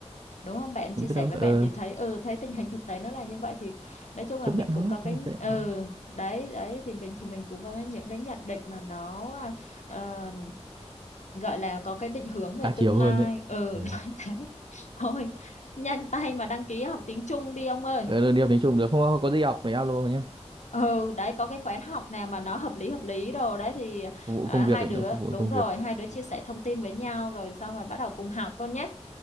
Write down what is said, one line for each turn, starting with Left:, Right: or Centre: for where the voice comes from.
Left: đúng không bạn chia
Right: em biết
Left: sẻ
Right: đâu,
Left: với
Right: ờ,
Left: bạn thì thấy ừ thấy tình hình thực tế nó là như vậy thì nói chung
Right: chấp
Left: là mình
Right: nhận
Left: cũng
Right: thôi.
Left: có cái
Right: ta chấp nhận
Left: ừ
Right: thôi.
Left: đấy đấy thì mình thì mình cũng có cái- những cái nhận định mà nó ờ, gọi là có cái định hướng về
Right: Đa
Left: tương
Right: chiều
Left: lai
Right: hơn đấy.
Left: ừ
Right: Ừ.
Left: <laughs> nói thế thôi nhanh tay mà đăng ký học tiếng Trung đi ông ơi
Right: Ờ, đi học tiếng Trung được không? Có gì học thì alo nhé.
Left: ừ đấy có cái khóa học nào mà nó hợp lý hợp lý đồ đấy thì
Right: Phục vụ
Left: à,
Right: công
Left: hai
Right: việc ấy,
Left: đứa
Right: nó phục vụ
Left: đúng
Right: công
Left: rồi
Right: việc.
Left: hai đứa chia sẻ thông tin với nhau rồi xong rồi bắt đầu cùng học luôn nhé